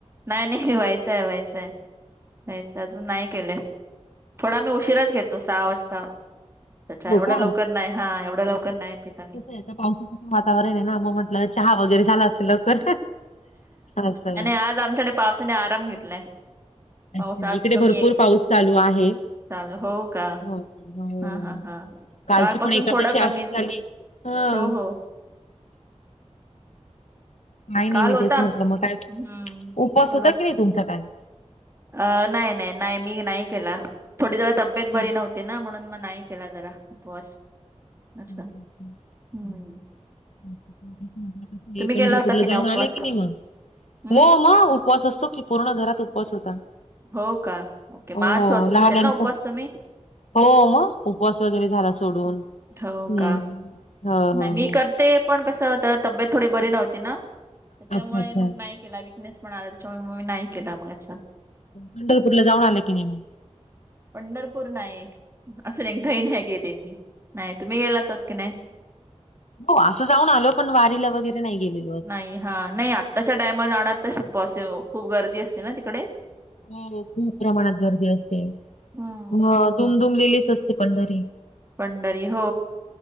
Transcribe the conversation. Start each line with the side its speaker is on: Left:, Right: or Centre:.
Right: नाही- नाही व्हायचाय-व्हायचाय, व्हायचय अजून नाही केले. थोडा आम्ही उशिराच घेतो, सहा वाजता त्याच्या
Left: हो
Right: एवढं
Left: का
Right: लवकर नाही, हा एवढं लवकर नाही पित. आम्ही
Left: कसं ते आता पावसाचं वातावरण हे ना, मग म्हंटलं चहा वगैरे झाला असेल लवकर. असं.
Right: आणि आज आमच्याकडे पावसाने आराम घेतलाय.
Left: अच्छा.
Right: पाऊस आज
Left: इकडे
Right: कमी
Left: भरपूर
Right: आहे
Left: पाऊस चालू आहे.
Right: चालू हो का
Left: हो, हो.
Right: हा हा हा
Left: कालची
Right: कालपासून
Left: पण एकादशी
Right: थोडा
Left: अशीच
Right: कमीच
Left: झाली.
Right: आहे
Left: हां.
Right: हो हो
Left: नाही मी-
Right: काल
Left: मी
Right: होता
Left: तेच म्हटलं मग काय,
Right: हम्म
Left: उपवास
Right: बोला
Left: होता की नाही तुमचा काल?
Right: अ नाही-नाही-नाही. मी नाही केला, थोडी जरा तब्येत
Left: हम्म.
Right: बरी नव्ह ती ना म्हणून म नाही केला जरा उपवास.
Left: <inaudible>
Right: असं. हम्म. तुम्ही
Left: ए पंढरपूरला
Right: केला होता की नाही
Left: जाऊन
Right: उपवास?
Left: आले की नाही मग?
Right: हम्म.
Left: मग- मग उपवास असतो की, पूर्ण घरात उपवास होता.
Right: होव का? ओके म
Left: हो
Right: आज सोडला
Left: लहान्यांचा
Right: असेल ना उपवास तुम्ही?
Left: हो मग, उपवास वगैरे झाला सोडून.
Right: थ
Left: हम्म
Right: का.
Left: हो
Right: नाही
Left: हो
Right: मी
Left: हो.
Right: करते पण कसं त्याय तबेत थोडी बरी नव्हती ना, त्याच्यामुळे
Left: अच्छा अच्छा.
Right: मग नाही केला विकनेस पणा आला, त्याच्यामुळ म मी नाही केला मग असं.
Left: पंढरपूर ला जाऊन आले, की नाही मग?
Right: पंढरपूर नाही. असून एकदाही नाही गेले मी, नाही. तुम्ही गेला होतात की नाही?
Left: हां, असं जाऊन आलो पण वारीला वगैरे नाही गेले.
Right: नाही हा, नाही आत्ताच्या टाईमाला आना तसे पॉसिओ, खूप गर्दी असते ना तिकडे.
Left: हो खूप प्रमाणात गर्दी असते,
Right: हम्म
Left: अ दुमधुमलेलीच असते पंढरी.
Right: पंढरी हो